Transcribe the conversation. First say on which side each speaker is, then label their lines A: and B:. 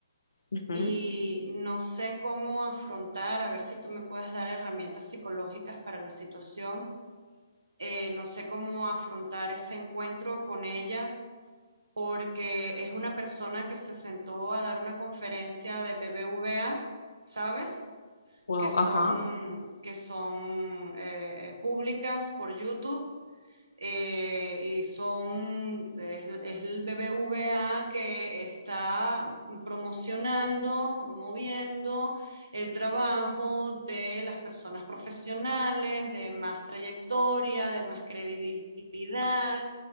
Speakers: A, on the left; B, on the right.
A: Ujú.
B: y no sé cómo afrontar, a ver si tú me puedes dar herramientas psicológicas para la situación. Eh, no sé cómo afrontar ese encuentro con ella porque es una persona que se sentó a dar una conferencia de BBVA, ¿sabes?
A: Wow,
B: Que son,
A: ajá.
B: que son eh, eh, públicas por YouTube eh, y son, es, es el BBVA que está promocionando, promoviendo el trabajo de las personas profesionales, de más trayectoria, de más credibilidad.